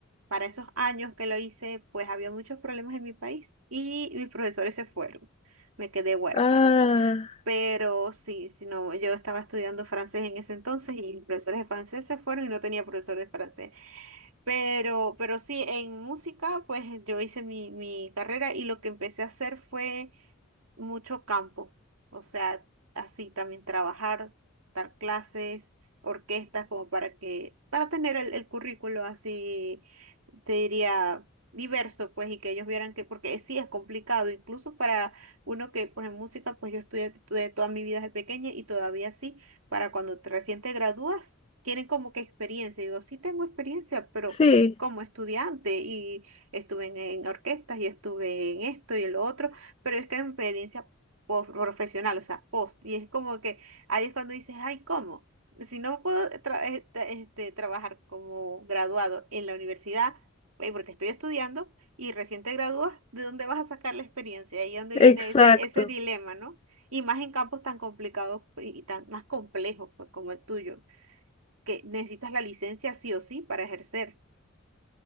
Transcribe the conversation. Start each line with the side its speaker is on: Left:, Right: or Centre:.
Right: para esos años que lo hice, pues había muchos problemas en mi país y mis profesores se fueron, me quedé huérfana.
Left: Ah,
Right: Pero sí, si no, yo estaba estudiando francés en ese entonces y mis profesores de francés se fueron y no tenía profesor de francés. Pero, pero sí, en música, pues yo hice mi, mi carrera y lo que empecé a hacer fue mucho campo. O sea, así también trabajar, dar clases, orquestas, como para que, para tener el, el currículo así, te diría, diverso, pues, y que ellos vieran que, porque sí es complicado, incluso para uno que, pues, en música, pues yo estudié, estudié toda mi vida desde pequeña y todavía sí para cuando te- recién te gradúas, quieren como que experiencia. Y digo, sí tengo experiencia, pero
Left: sí,
Right: como estudiante y estuve en, en orquestas y estuve en esto y el otro, pero es que era una experiencia pos- profesional, o sea, post. Y es como que ahí es cuando dices, ay, ¿cómo? Si no puedo tra- este, este, trabajar como graduado en la universidad, eh, porque estoy estudiando y recién te gradúas, ¿de dónde vas a sacar la experiencia? Ahí es donde
Left: exacto,
Right: viene ese, ese dilema, ¿no? Y más en campos tan complicados pues, y tan más complejos pues, como el tuyo, que necesitas la licencia sí o sí para ejercer.